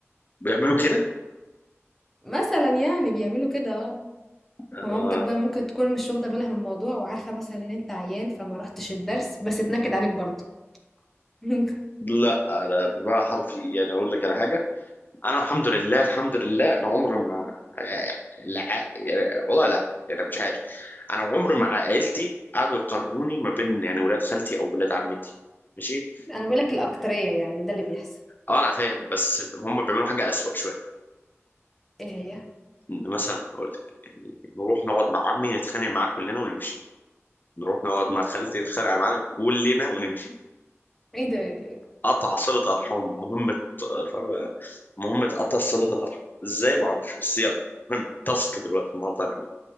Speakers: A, on the left; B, in the centre.
A: بيعملوا كده
B: مثلا يعني بيعملوا كده اه
A: آه
B: فمامتك بقى ممكن تكون مش واخدة بالها من الموضوع وعارفة مثلا إن أنت عيان فما رحتش الدرس بس اتنكد عليك برضه <laughs>
A: لا انا بالمعنى الحرفي يعني اقول لك على حاجه انا الحمد لله الحمد لله انا عمري ما لا يعني والله لا يعني مش عارف انا عمري مع عائلتي قعدوا يقارنوني ما بين يعني ولاد خالتي او ولاد عمتي ماشي
B: أنا بقولك الأكترية يعني ده اللي بيحصل
A: اه انا فاهم بس هم بيعملوا حاجه اسوأ شويه
B: إيه هي؟
A: إن مثلا اقول لك يعني نروح نقعد مع عمي نتخانق معاه كلنا ونمشي نروح نقعد مع خالتي نتخانق معانا كلنا ونمشي
B: إيه ده إيه ده؟ <laughs> إيه
A: قطع صلة أرحام مهمة فاهم؟ مهمة قطع صلة الأرحام إزاي ما أعرفش بس يلا مهم تاسك دلوقتي النهاردة هنعمل